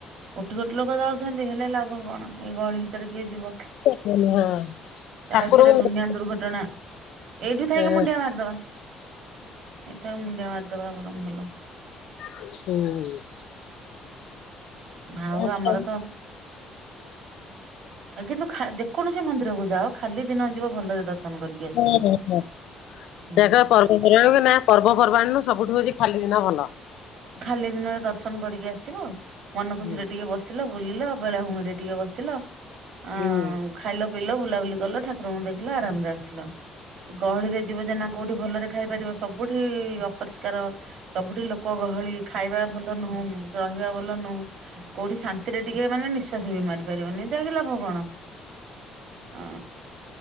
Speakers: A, on the right; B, on the left.
A: କୋଟି କୋଟି ଲୋକ ଯାଉଛନ୍ତି ହେଲେ ଲାଭ କଣ ଏଇ ଗହଳି ଭିତରେ କିଏ ଯିବ।
B: ହଁ
A: <inaudible> ତା
B: ଠାକୁରଙ୍କୁ
A: ଭିତରେ ଦୁନିଆ ଦୁର୍ଘଟଣା। ଏଇଠୁ ଥାଇକି
B: ହଁ
A: ମୁଣ୍ଡିଆ ମାରିଦବା ଏଇଠି ଥାଇକି ମୁଣ୍ଡିଆ ମାରିଦବା ବରଂ ଭଲ।
B: ହୁଁ।
A: ଆଉ
B: ଆଚ୍ଛା
A: ଆମର ତ <inaudible> କିନ୍ତୁ ଯେକୌଣସି ମନ୍ଦିର କୁ ଯାଅ ଖାଲି ଦିନ ଯିବ ଭଲରେ ଦର୍ଶନ। କରିକି ଆସିବ।
B: ହଁଁ ହଁ ହଁ
A: ହଁ
B: ଜାଗା ପର୍ବପର୍ବାଣୀ ନା ପର୍ବପର୍ବାଣୀ ନୁ ସବୁଠୁ ହଉଛି ଖାଲି ଦିନ ଭଲ।
A: ଖାଲି ଦିନରେ ଦର୍ଶନ କରିକି ଆସିବ ମନ ଖୁସିରେ
B: ହୁଁ।
A: ଟିକେ ବସିଲ। ବୁଲିଲ ବେଳାଭୂମିରେ ଟିକେ ବସିଲ ଅ
B: ହଁ
A: ଖାଇଲ ପିଇଲ ବୁଲାବୁଲି। କଲ ଠାକୁରଙ୍କୁ ଦେଖିଲ ଆରାମରେ ଆସିଲ ଗହଳିରେ ଯିବ ଯେ ଏଇନା କୋଉଠି ଭଲରେ ଖାଇପାରିବ ସବୁଠି ଅପରିଷ୍କାର ସବୁଠି ଲୋକ। ଲୋକ ଗହଳି ଖାଇବା ଭଲ ନୁହଁ ରହିବା ଭଲ ନୁହଁ କୋଉଠି ଶାନ୍ତିରେ ଟିକେ ମାନେ ନିଃଶ୍ଵାସ ବି ମାରି ପାରିବନି ଯାଇକ ଲାଭ କଣ <inaudible> ଆ।